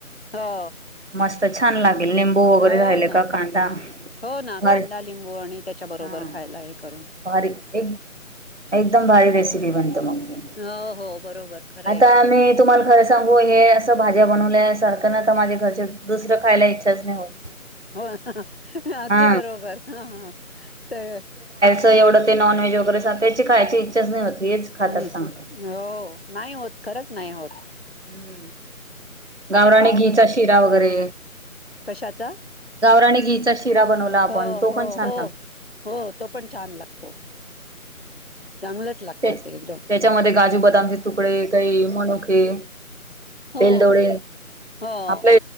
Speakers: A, on the left; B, on the right.
A: हो.
B: मस्त छान लागेल. लिंबू
A: हो
B: वगैरे राहिल
A: ना
B: का कांदा
A: हो ना
B: भारी
A: कांदा, लिंबू आणि त्याच्या बरोबर
B: हा
A: खायला हे करू
B: भारी एक एकदम भारी रेसिपी बनतो मंग मी
A: हो हो बरोबर खरंय
B: आता आम्ही तुम्हाला खरं सांगू हे असं भाज्या बनवल्यास सारखं ना त माझे घरचे दुसरं खायला इच्छाच नाही होत.
A: हो अगदी
B: हा
A: बरोबर हा हा हा त
B: त एवढं ते नॉन व्हेज वगैरे सा त्याची खायची इच्छाच नाही होत. हेच खातात
A: हम्म!
B: चांगलं.
A: हो ओ ओ नाही होत खरंच नाही होत.
B: हम्म गावराननी
A: आता पाव
B: घिचा शिरा वगैरे.
A: कशाचा
B: गावरानी घिचा शिरा बनवला आपण
A: हो
B: तो
A: हो
B: पण छान
A: हो
B: लाग
A: हो, तो पण छान लागतो. चांगलंच लागतं
B: त्या
A: ते एकदम
B: त्याच्यामधे गाजू बदामचे तुकडे काही मनुके
A: हो
B: बेलदोडे
A: हो
B: आपले